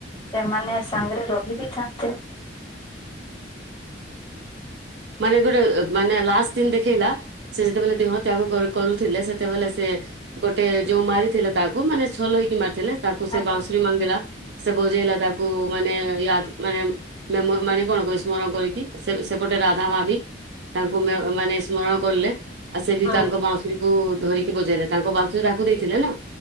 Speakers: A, on the left; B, on the right.
A: ସେମାନେ ସାଙ୍ଗରେ ରହି ବିି ଥାନ୍ତେ
B: ମାନେ ଗୋଟେ ମାନେ ଲାଷ୍ଟ ଦିନ ଦେଖେଇଲା। ସେ ଯେତେବେଲେ ଦେହ ତ୍ୟାଗ କରୁଥିଲେ। ସେତେବେଲେ ସେ ଗୋଟେ ଯୋଉ ମାରିଥିଲା ତା ତାକୁ ମାନେ <unintelligible> ତାକୁ ସେ
A: ଆଜ୍ଞା।
B: <unintelligible> ସେ ବଜେଇଲା ତାକୁ ମାନେ ୟ ମାନେ ମ ମାନେ କଣ କ ସ୍ମରଣ କରିକି ସେପଟ ଗୋଟେ ରାଧ ମା ବି ତାଙ୍କୁ ମ ମାନେ ସ୍ମରଣ କଲେ। ଆ ସେ ବି
A: ହଁ।
B: ତାଙ୍କ ବାଉଁଶୁରୀକୁ ଧରିକି ବଜେଇଲେ ତାଙ୍କ ବାଉଁଶୁରୀ ବା ଦେଇଥିଲେ ନା।